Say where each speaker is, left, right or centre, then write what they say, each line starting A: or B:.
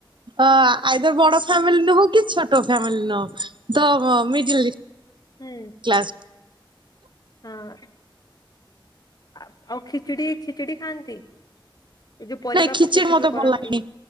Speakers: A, on the right; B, on the left.
A: ଅ ଆଇଦର ବଡ ଫ୍ୟାମିଲି ନୁହୁଁ କି ଛୋଟ ଫ୍ୟାମିଲି ନୁହଁ ତ ମିଡିଲ।
B: ହୁଁ।
A: କ୍ଲାସ୍।
B: ହଁ। ଆ ଆଉ ଖିଚଡ଼ି ଖିଚଡ଼ି ଖାଆନ୍ତି। ଏ ଯୋଉ ପରିବା
A: ନାଇଁ ଖିଚଡି
B: ପକେଇକି
A: ମତେ
B: ଯୋଉ କରନ୍ତି
A: ଭଲ ଲାଗେନି